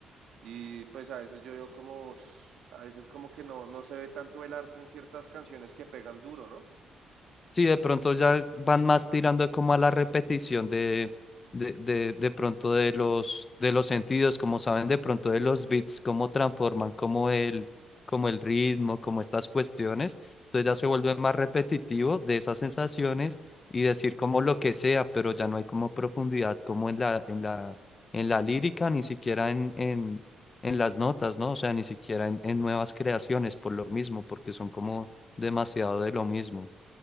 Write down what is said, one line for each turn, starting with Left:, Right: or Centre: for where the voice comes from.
Right: Y pues a veces yo veo como, <sniffs> a veces como que no, no se ve tanto el arte en ciertas canciones que pegan duro, ¿no?
Left: Sí, de pronto ya van más tirando como a la repetición de, de, de, de pronto de los, de los sentidos, como saben de pronto de los beats, cómo transforman, como el, como el ritmo, como estas cuestiones. Entonces ya se vuelve más repetitivo de esas sensaciones y decir como lo que sea, pero ya no hay como profundidad como en la, en la, en la lírica, ni siquiera en, en, en las notas, ¿no? O sea, ni siquiera en, en nuevas creaciones por lo mismo, porque son como demasiado de lo mismo.